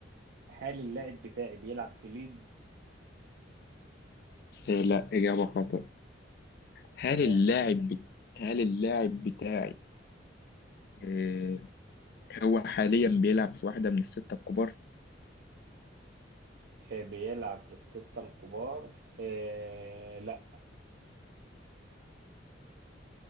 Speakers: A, on the right (about 75°); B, on the left (about 55°).
A: هل اللاعب بتاعي بيلعب في ليدز
B: إيه لا إجابة خاطئة هل
A: تمام
B: اللاعب بت... هل اللاعب بتاعي آه، هو حاليا بيلعب في واحدة من الستة الكبار
A: آه بيلعب في الستة الكبار آه لا